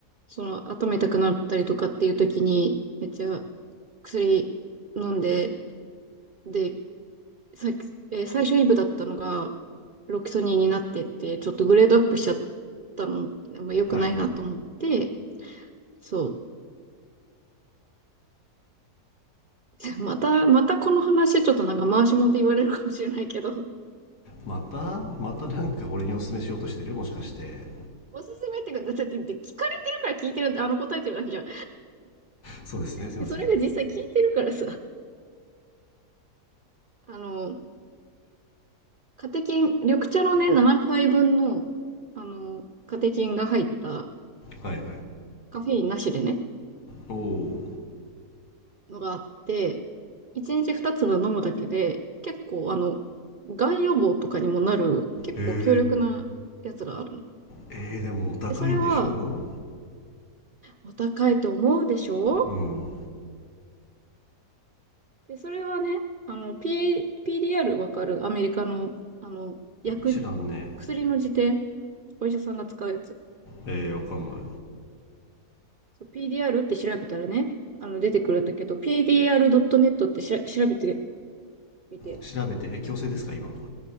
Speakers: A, on the right; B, on the left.
A: その、頭痛くなったりとかっていう時に、めっちゃ薬飲んで、で、さっき、えー最初イブだったのが、ロキソニンになってって、ちょっとグレードアップしちゃったの、まあ、良くないなと思って、
B: うはいはい
A: そう。<laughs> また、またこの話、ちょっとなんか回しもんって言われるかもしれないけど、
B: またまたなんか俺におすすめしようとしてるもしかして
A: おすすめっていうか、だって、だって聞かれてるから聞いてる、あの答えてるだけじゃん。
B: そうですねすいません
A: で、それが実際聞いてるからさ、あの、カテキン、緑茶のね、7杯分の、あの、カテキンが入った
B: はいはい
A: カフェインなしでね、
B: おお
A: のがあって、1日2粒飲むだけで、結構あの、がん予防とかにもなる、結構強力なやつがあるの。
B: へええー、でもお高いんでしょ
A: で、それは、お高いと思うでしょ
B: ううん
A: で、それはね、あの、P、PDR わかるアメリカの、あの、薬、
B: 知らんね
A: 薬の辞典、お医者さんが使うやつ。
B: ええー、わかんない
A: そう PDR って調べたらね、あの、出てくるんだけど、PDR.net ってしら調べてみて、
B: 調べてえ強制ですか今